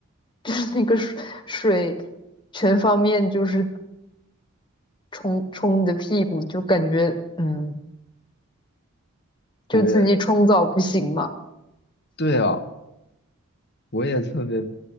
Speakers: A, on the left; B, on the left.
A: <laughs> 就是那个水水全方面就是冲冲你的屁股，就感觉嗯，就自己冲澡不行嘛，
B: 我也对啊，我也特别，